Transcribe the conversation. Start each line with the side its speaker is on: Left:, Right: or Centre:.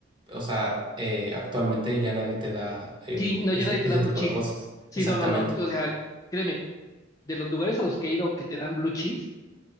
Right: o sea, eh, actualmente ya nadie te da eh,
Left: sí, no,
Right: ese,
Left: ya nadie te
Right: ese
Left: da blue
Right: tipo
Left: cheese.
Right: de cosas.
Left: Sí,
Right: Exactamente.
Left: no, no, no. O sea, créeme, de los lugares a los que he ido que te dan blue cheese,